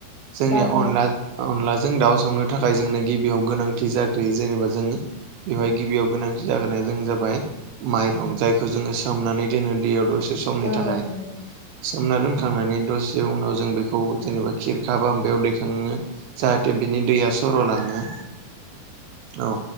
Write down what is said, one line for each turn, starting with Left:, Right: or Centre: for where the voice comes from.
Right: जोंनिया
Left: जागोन
Right: अनला अनला जों दाउ संनो थाखाय जोंनो गिबियाव गोनांथि जाग्रोयो जेनेबा जोङो बेवहाय गिबियाव गोनांथि जागोना जों जाबाय माइरं जायखौ जोङो सोमनानै दोनो दैयाव दसे सम समनि
Left: औ
Right: थाखाय
Left: नंगौ
Right: सोमना दोनखांनानै दसे उनाव जों बेखौ जेनेबा खिरखा माबायाव दैखाङो जा हाथे बिनि दैया सरलाङो औ